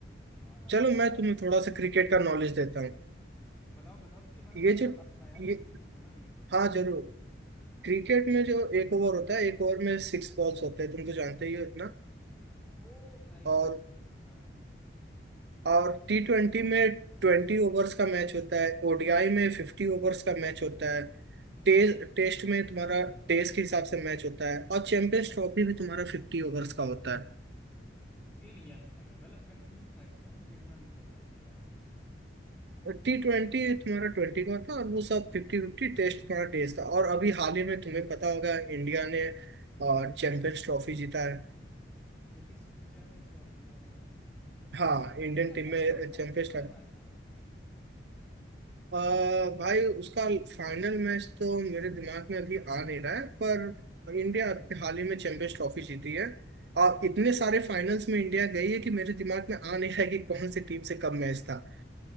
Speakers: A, on the left (about 15°); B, on the right (about 65°).
A: और मतलब
B: चलो
A: ज्यादा
B: मैं तुम्हें थोड़ा सा क्रिकेट का नॉलेज देता हूँ
A: हाँ बताओ बताओ उसके बारे
B: ये
A: में मतलब
B: जो
A: बताओ थोड़ा यार क्योंकि
B: ये
A: मुझे पता नहीं है प्रॉपर
B: हाँ
A: उसके
B: जरूर क्रिकेट में जो एक ओवर होता है एक ओवर में सिक्स बॉल्स होते हैं तुम तो जानते ही हो इतना
A: अब वो भाई
B: और
A: उससे हाँ थोड़ा ऐस
B: और टी ट्वेंटी में ट्वेंटी ओवर्स का मैच होता है ओडीआई में फिफ्टी ओवर्स का मैच होता है टेस्ट
A: अच्छा
B: टेस्ट में तुम्हारा टेस्ट के हिसाब से मैच होता है और चैंपियंस ट्रॉफी में तुम्हारा फिफ्टी ओवर्स का होता है
A: ये नहीं जानता था मैं मतलब कंफ्यूज था इसमें मुझे इतना नहीं पता था इसके बारे में हाँ
B: टी ट्वेंटी तुम्हारा ट्वेंटी का था और वो सब फिफ्टी फिफ्टी टेस्ट तुम्हारा टेस्ट था और अभी हाल ही में तुम्हें पता होगा इंडिया ने चैंपियंस ट्रॉफी जीता है
A: अच्छा किस चैंपियंस ट्रॉफी या
B: हाँ
A: मतलब किसके
B: इंडियन
A: साथ
B: टीम
A: मैच
B: में
A: था उसका
B: चैंपियंस
A: किसके
B: ट्रॉफी
A: साथ मैच था
B: भाई उसका फाइनल मैच तो मेरे दिमाग में अभी आ नहीं रहा है पर इंडिया अभी हाल ही में चैंपियंस ट्रॉफी जीती है और इतने सारे फाइनल्स में इंडिया गई है कि मेरे दिमाग में आ नहीं रहा है कि कौन सी टीम से कब मैच था